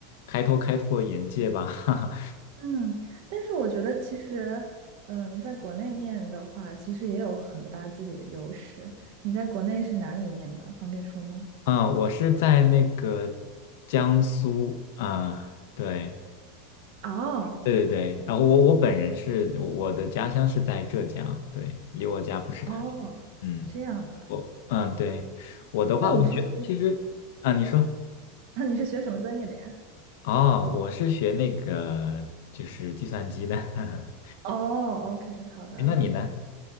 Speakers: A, on the left; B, on the right.
A: 开拓开拓眼界吧。<laughs> 哈哈。
B: 嗯，但是我觉得其实，嗯，在国内念的话，其实也有很大自己的优势。你在国内是哪里念的？方便说吗？
A: 啊，我是在那个江苏啊，对。
B: 哦，
A: 对对对，然后我我本人是我的家乡是在浙江，对，离我家不是太远。
B: 哦，
A: 嗯，
B: 这样的，
A: 我嗯对，我的话，
B: 那你是学，
A: 我觉得其实啊，
B: <laughs>
A: 你说
B: 那你是学什么专业的呀？
A: 哦，我是学那个就是计算机的，<laughs> 哎，
B: 哦，OK，好的，
A: 那你呢？